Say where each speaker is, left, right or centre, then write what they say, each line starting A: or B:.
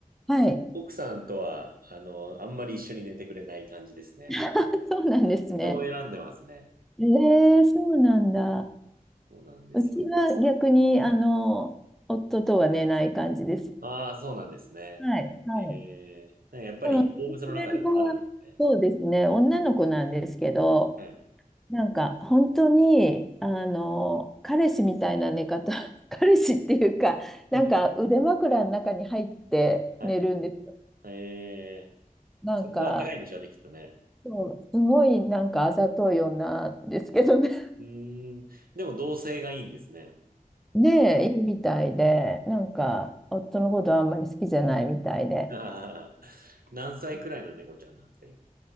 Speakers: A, in the centre; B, on the right (about 85°).
A: はい。
B: 奥さんとは、あの、あんまり一緒に寝てくれない感じですね。
A: <laughs> あそうなんですね。
B: 人を選んでますね。
A: えー、そうなんだ。
B: そうなんです
A: うちは逆に、あの、夫とは寝ない感じです。
B: ああ、そうなんですね。
A: はい、はい。
B: ええやっぱり動物の中でもあるんですね。
A: その、寝てくれる子は、そうですね、女の子なんですけど、
B: はい。
A: なんか本当にあの彼氏みたいな寝方 <laughs> 彼氏っていうかなんか腕枕の中に入って寝るんですよ
B: うん。はいはい。ええ
A: なんか
B: そこが暖かいんでしょうね、きっとね。
A: そうすごいなんかあざとい女ですけどね
B: うーん。でも同性がいいんですね。
A: <laughs> ねえいいみたいでなんか夫のことあんまり好きじゃないみたいで
B: ああ、何歳くらいの猫ちゃんなんですか、今。